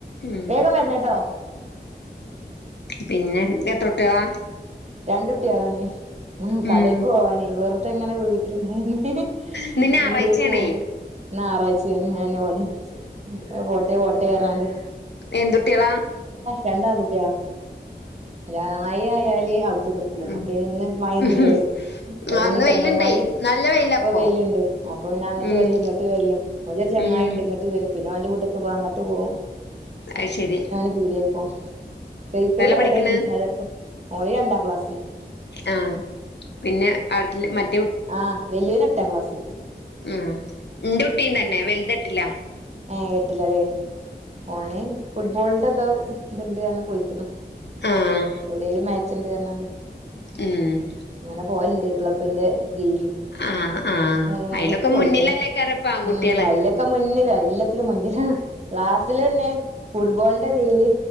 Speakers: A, on the left (about 80°); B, on the right (about 40°).
A: ഉം
B: വേഗം വരണോട്ടോ
A: പിന്നെ എത്രകുട്ടികളാ
B: രണ്ടുട്ടി കളാണ് ഉ കടേക്ക്
A: ഉം
B: പോവാനേ വെറുത എങ്ങനെ വീട്ടിലിരുന്ന്ണ്ടായി
A: ഇന്ന് ഞായറാഴ്ചയാണേ
B: വീടേക്ക് പോവാ ഇന്ന്ഞായറാഴ്ചയാണ് ഇന്നെന്നാ പണി പോട്ടേ പോട്ടെ എറഞ്ഞാണ്ട്
A: എന്തുട്ടില
B: രണ്ട് ആൺ കുട്ടികളാ <unintelligible> ആയല് ത്ത് നിക്കും
A: ഉം
B: പിന്നെ ഇന്ന് മയൊന്നുംല്ലല്ലോ
A: ആഹ്
B: പിന്നെ
A: ഇന്ന്
B: ചെങ്ങായിമാര്
A: വെയില്ണ്ടേ നല്ല വെയിലാപ്പൊ
B: ഇപ്പൊ വെയിലുണ്ട് അപ്പൊ പിന്ന അങ്ങട്ട്
A: ഉം
B: വരല്ല് ഇങ്ങട്ട് വരല് ഒരു ചങ്ങായി
A: ഉം
B: ഇങ്ങിട്ട് വരും അവ ന്റെ വീട്ടൊക്ക് പോവാ അങ്ങട്ട് പോകും
A: അയ് ശരി
B: യുഡിഎഫോ സൈക്കിള് കേട്ടാനി
A: പഠിക്കണ്
B: അതപ്പ ഓന് രണ്ടാം ക്ലാസ്സില്
A: ആ പിന്നെ അടു മറ്റ
B: ആഹ് വലിയ വന് എട്ടാം ക്ലാസ്സിൽ
A: ആ എന്റെ കുട്ടിയും തന്നെ വലുതായിട്ടില്ല
B: ഏഹ് എട്ടിലാല്ലേ ഓന് ഫുട്ബോളിന്റെ എന്തോ ഇത്ണ്ട് പറഞ്ഞ് പോയിക്ക്ണ്
A: ആഹ്
B: എവിടെലും മാച്ച്ണ്ട് പറഞ്ഞാണ്ട്
A: ഉം
B: അങ്ങനെ പോവല്ണ്ട് ക്ലബ്ബിന്റെ ഗീയില്
A: ആഹ് ആഹ്
B: മൂന്ന്
A: അയിലൊക്കെ
B: മണിക്ക് പോയിക്ക്ണ്
A: മുന്നിലല്ലേക്കാരം ഇപ്പൊ ആൺകുട്ടികള്
B: ഉം അയിലൊക്കെ മുന്നിലാ എല്ലത്തിലും മുന്നിലാ ക്ലാസ്സില് തന്നെ ഫുട്ബോളിന്റെ ഇതീല്